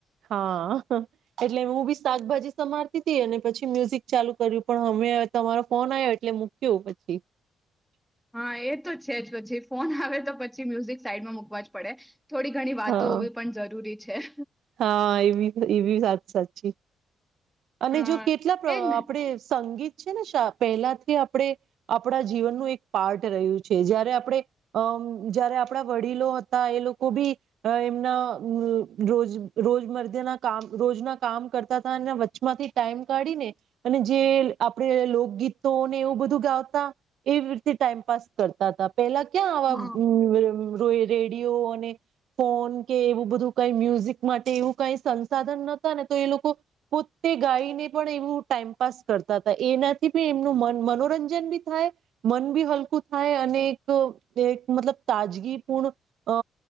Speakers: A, on the right; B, in the centre.
A: હા એટલે હું બી શાકભાજી સમારતી તી. અને પછી મ્યુઝિક ચાલુ કર્યું પણ અમે તમારો ફોન આવ્યો એટલે મૂક્યો પછી
B: હા એ તો છે જ પછી ફોન આવે તો પછી મ્યુઝિક સાઈડમાં મૂકવા જ પડે. થોડી ઘણી વાતો
A: હા
B: હોવી પણ જરૂરી છે.
A: હા ઈબી ઈબી વાત સાચી અને
B: હ
A: જો કેટલા પણ
B: એજ ને
A: આપણે સંગીત છે ને શા પહેલાથી આપણેે આપણા જીવનનું એક પાર્ટ રહ્યું છે. જયારે આપણેે અ જયારે આપડા વડીલો હતા એ લોકો બી એમના રોજ રોજ મરધ્યના કામ રોજના કામ કરતા તા ને વચ્ચ માંથી ટાઈમ કાઢીને અને જે આપણે લોકગીતોને એવું બધું ગાતા એવી રીતે ટાઈમપાસ કરતા તા પેલા ક્યાં આવા
B: હા
A: રોય રેડિયો અને ફોન કે એવું બધું કઈ મ્યુઝિક માટે એવું કઈ સંસાધન નતા ને તો એ લોકો પો તે ગાઈને પણ એવું ટાઈમપાસ કરતા તા. એનાથી બી એમનું મન મનોરંજન બી થાય મન બી હલકું થાય અને એક એક મતલબ તાજગીપૂર્ણ અ